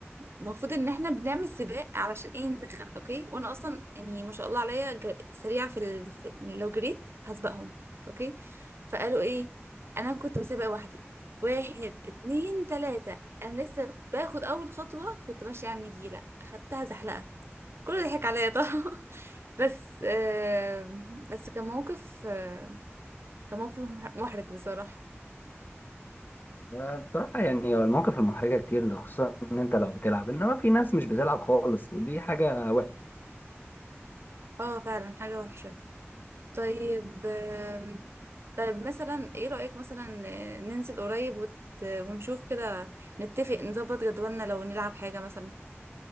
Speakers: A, on the right; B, on the left.
A: ومفروض ان احنا بنعمل سباق علشان ايه نسخن اوكي وانا اصلا يعني ما شاء الله عليا ج- سريعه في, ال... في لو جريت هسبقهم اوكي فقالوا ايه انا كنت بسابق واحده واحد اتنين تلاته انا لسه باخد اول خطوه كنت ماشيه على النجيله اخدتها زحلقه كله ضحك عليا طبعا <laughs> بس آه بس كان موقف آه كان موقف محرج بصراحه
B: آه، بصراحة يعني هو المواقف المحرجة كتير خصوصا ان انت لو بتلعب انما في ناس مش بتلعب خالص ودي حاجة وحشة
A: اه فعلا حاجه وحشه طيب آم، طيب مثلا ايه رأيك مثلا آه، ننزل قريب وت... ونشوف كده نتفق نظبط جدولنا لو نلعب حاجة مثلا